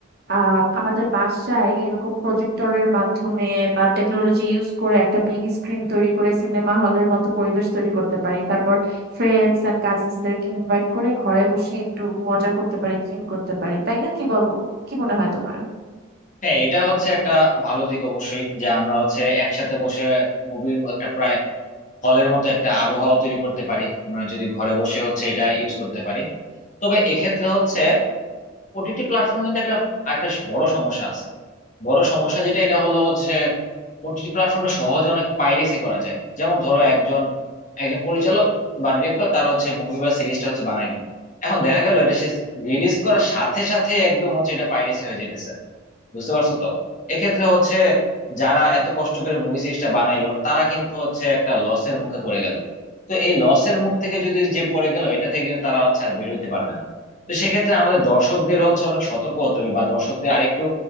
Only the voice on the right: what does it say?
আহ আমাদের বাসায় এরকম প্রজেক্টরের মাধ্যমে বা টেকনোলজি ইউজ করে একটা বিগ স্ক্রিন তৈরি করে সিনেমা হলের মতো পরিবেশ তৈরি করতে পারি তারপর ফ্রেন্ডস এন্ড কাজিনসদেরকে ইনভাইট করে ঘরে বসে একটু মজা করতে পারি চিল করতে পারি তাই না কি বলো কি মনে হয় তোমার